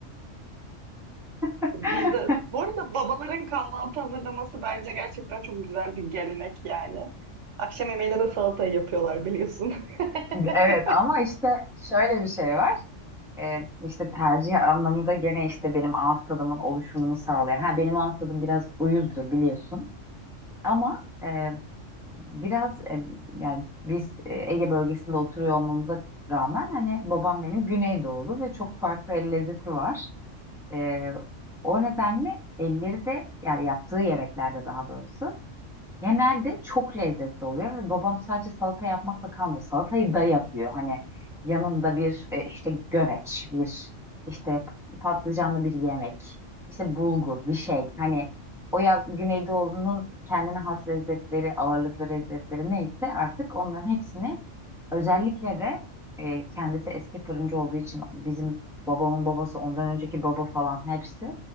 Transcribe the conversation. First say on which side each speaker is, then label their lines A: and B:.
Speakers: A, in the centre; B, on the right.
A: <laughs>
B: Bizde, bu arada babaların kahvaltı hazırlaması bence gerçekten çok güzel bir gelenek yani. Akşam yemeğine de salatayı yapıyorlar biliyorsun. <laughs>
A: Evet ama işte şöyle bir şey var. Ee, işte tercih anlamında gene işte benim ağız tadımın oluşumunu sağlıyor. Ha benim ağız tadım biraz uyuzdur biliyorsun. Ama e, biraz e, yani biz e, Ege bölgesinde oturuyor olmamıza rağmen hani babam benim Güneydoğulu ve çok farklı el lezzeti var. E, o nedenle elleri de yani yaptığı yemeklerde daha doğrusu Genelde çok lezzetli oluyor ve babam sadece salata yapmakla kalmıyor. Salatayı da yapıyor. Hani yanında bir e, işte göreç, bir işte patlıcanlı bir yemek, işte bulgur bir şey. Hani o ya Güneydoğu'nun kendine has lezzetleri, ağırlıklı lezzetleri neyse artık onların hepsini özellikle de e, kendisi eski fırıncı olduğu için bizim babamın babası ondan önceki baba falan hepsi